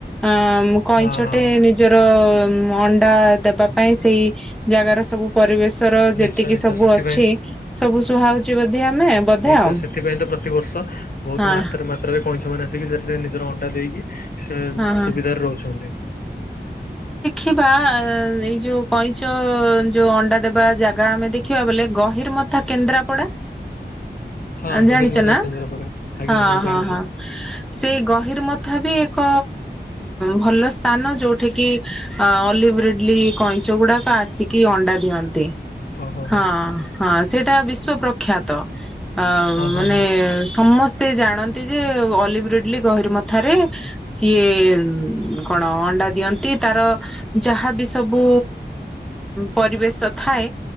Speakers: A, in the centre; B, on the left.
A: ଅ କଇଁଛଟେ
B: ହଁ ହଁ
A: ନିଜ ଅଣ୍ଡା ଦେବା ପାଇଁ ସେଇ ଜାଗାର ସବୁ ପରିବେଶ
B: ନିଶ୍ଚୟ
A: ଯେତିକି
B: ନିଶ୍ଚୟ
A: ସବୁ
B: ସେଥିପାଇଁ
A: ଅଛି ସବୁ ସୁହାଉଛି ବଧେ ଆମେ ବଧେ
B: ନିଶ୍ଚୟ
A: ଆଉ
B: ସେଥିପାଇଁ ତ ପ୍ରତିବର୍ଷ ବହୁତ
A: ହଁ।
B: ମାତ୍ରା ମାତ୍ରାରେ କଇଁଛ ଆସିକି ସେଥିରେ ନିଜର ଅଣ୍ଡା ଦେଇକି ସେ
A: ହଁ ହଁ
B: ସୁବିଧାରେ ରହୁଛନ୍ତି।
A: ଖିବା ଏଇ ଯୋଉ କଇଁଚ ଯୋଉ ଅଣ୍ଡା ଦେବା ଜାଗା ଆମେ ଦେଖିବା ବଲେ ଗହିରମଥା କେନ୍ଦ୍ରାପଡା
B: ହଁ
A: ଜାଣିଛ
B: ଗହିର ମଧୁରା
A: ନା
B: କେନ୍ଦ୍ରାପଡା ଆଜ୍ଞା
A: ହଁ ହଁ
B: ଜାଣିଛି
A: ହଁ ସେଇ ଗହି ତଥାପି ଏକ ଭଲ ସ୍ଥାନ ଯୋଉଠି କିି ଅଲିଭ୍ରିଡଲି କଇଁଚ ଗୁଡାକ ଆସିକି ଅଣ୍ଡା ଦିଅନ୍ତି।
B: ହଉ
A: ହଁ
B: ହଉ
A: ହଁ ସେଇଟା ବିଶ୍ୱ ପ୍ର ଖ୍ୟାତ ଅ
B: ହଉ ହଁ
A: ମାନେ
B: ହଁ
A: ସମସ୍ତେ ସେ ଜାଣନ୍ତି ଯେ ଅଲିଭରେଡଲି ଗହରୀମଥା ଥାରେ ସିଏ କଣ ଅଣ୍ଡା ଦିଅନ୍ତି। ତାର ଯାହାବି ସବୁ ପରିବେଶ ଥାଏ